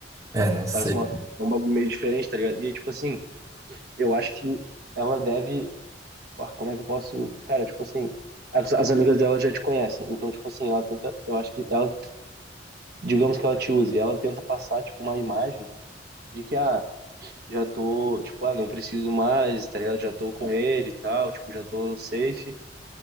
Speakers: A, on the right (about 20°); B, on the right (about 60°).
A: É, não sei.
B: parece uma, é um bagulho meio diferente, tá ligado? E aí, tipo assim eu acho que ela deve. Ah, Como é que eu posso. Cara, tipo assim. As, as amigas dela já te conhecem. Então, tipo assim, ela tenta. Eu acho que ela. Digamos que ela te use. Ela tenta passar, tipo, uma imagem de que, ah, já tô. Tipo, ah, não preciso mais, tá ligado? Já tô com ele e tal. Tipo, já tô safe.